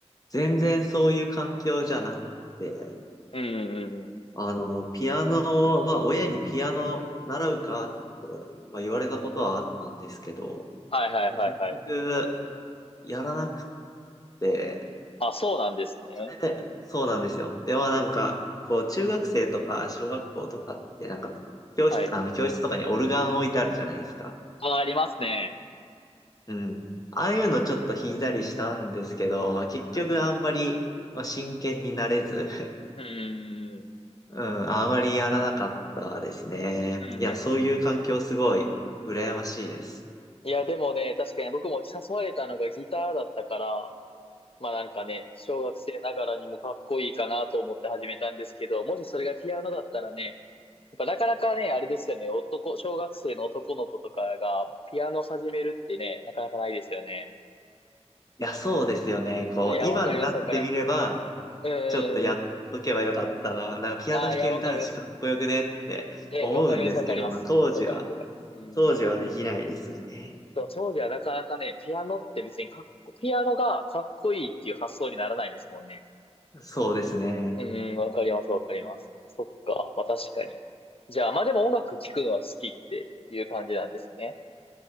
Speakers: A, on the left (about 30°); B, on the left (about 55°).
A: 全然そういう環境じゃなくて、
B: うんうんうんうん。
A: あの、ピアノを、まあ、親にピアノ習うかって、まあ、言われたことはあったんですけど、
B: はいはいはいはい。
A: 結局、やらなくて、
B: あ、そうなんですね。
A: それで、そうなんですよ。では、なんか、こう、中学生とか、小学校とかって、なんか、教室、
B: はい。
A: あの、教室とかにオルガン置いてあるじゃないですか。
B: あ、ありますね。
A: うん。ああいうのちょっと弾いたりしたんですけど、結局あんまり、
B: うんうん。
A: まあ、真剣になれず、
B: うんうん
A: うん、あまりやらなかったですね。
B: うん。うんうんうん。
A: いや、そういう環境すごい羨ましいです。
B: いや、でもね、確かに僕も誘われたのがギターだったから、まあなんかね、小学生ながらにもかっこいいかなと思って始めたんですけど、もしそれがピアノだったらね、っぱなかなかね、あれですよね、男、小学生の男の子とかがピアノ始めるってね、なかなかないですよね。
A: いや、そうですよね。こう、
B: いや、
A: 今になってみれば、
B: わかります、わかります。う
A: ちょっとやっとけばよかったな。
B: ーん。
A: なんかピアノ弾ける男子かっこよくねって思うんですけど、
B: ああ、いや、わかります。え、わかります、わかります。
A: まあ、当時は、
B: わかります、わかります。うん。
A: 当時はできないですよね。
B: そう、当時はなかなかね、ピアノって別にかっこ、ピアノがかっこいいっていう発想にならないですもんね。
A: そうですね。
B: うん、わかります、わかります。そっか、まあ確かに。じゃあ、まあでも音楽聴くのは好きっていう感じなんですね。